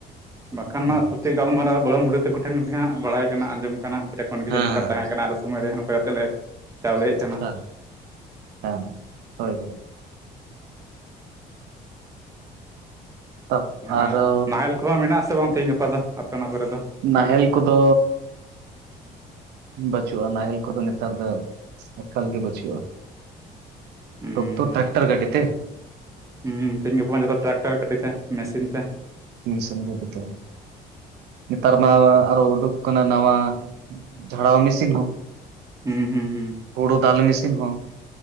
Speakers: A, on the right (about 20°); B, on the right (about 80°).
A: ᱵᱟᱠᱷᱟᱱ
B: ᱦᱩᱸ,
A: ᱦᱟᱜ ᱛᱷᱩᱛᱤ ᱜᱟᱞᱢᱟᱨᱟᱣ ᱜᱚᱲᱚᱢ ᱵᱩᱰᱦᱤ ᱛᱟᱠᱚ ᱴᱷᱮᱱ ᱦᱟᱸᱜ ᱵᱟᱲᱟᱭ ᱟᱸᱡᱚᱢ ᱠᱟᱱᱟ ᱩᱱᱠᱩ ᱴᱷᱮᱱ ᱠᱷᱚᱱ ᱜᱮ
B: ᱦᱮᱸ᱾
A: ᱡᱮ ᱱᱚᱝᱠᱟ ᱛᱟᱦᱮᱸ ᱠᱟᱱᱟ ᱟᱞᱮ ᱥᱚᱢᱚᱭ ᱨᱮ ᱱᱚᱝᱠᱟ ᱠᱟᱛᱮᱫ ᱞᱮ ᱪᱟᱣᱞᱮᱭᱮᱫ ᱛᱟᱦᱮᱱᱟ
B: ᱦᱮᱸ ᱦᱮᱸ ᱦᱳᱭ ᱛᱟ ᱟᱨᱚ
A: ᱟᱨ ᱱᱟᱦᱮᱞ ᱠᱚᱦᱚᱸ ᱢᱮᱱᱟᱜ ᱥᱮ ᱵᱟᱝ ᱛᱮᱦᱤᱧ ᱜᱟᱯᱟ ᱫᱚ ᱟᱯᱮ ᱚᱱᱟ ᱠᱚᱨᱮ ᱫᱚ
B: ᱱᱟᱦᱮᱞ ᱠᱚᱫᱚ ᱵᱟᱪᱩᱜᱼᱟ ᱱᱟᱦᱮᱞ ᱠᱚᱫᱚ ᱱᱮᱛᱟᱨ ᱫᱚ ᱮᱠᱟᱞ ᱜᱮ ᱵᱟᱹᱪᱩᱜᱼᱟ
A: ᱦᱩᱸ
B: ᱴᱚᱠᱴᱚᱨ ᱴᱨᱠᱴᱟᱨ ᱜᱟᱹᱰᱤ ᱛᱮ
A: ᱦᱩᱸ ᱛᱮᱦᱮᱧ ᱜᱟᱯᱟ ᱢᱟ ᱡᱷᱚᱛᱚ ᱴᱨᱟᱠᱴᱟᱨ ᱜᱟᱹᱰᱤ ᱛᱮ ᱢᱮᱥᱤᱱ ᱛᱮ
B: ᱢᱤᱥᱤᱱ ᱵᱚᱫᱤᱛᱚ ᱱᱮᱛᱟᱨ ᱢᱟ ᱟᱨᱚ ᱩᱰᱩᱠ ᱠᱟᱱᱟ ᱱᱟᱣᱟ ᱡᱷᱟᱲᱟᱣ ᱢᱮᱥᱤᱱ ᱦᱚᱸ
A: ᱦᱩᱸ ᱦᱩᱸ ᱦᱩᱸ
B: ᱠᱩᱲᱩ ᱫᱟᱞ ᱢᱤᱥᱤᱱ ᱦᱚᱸ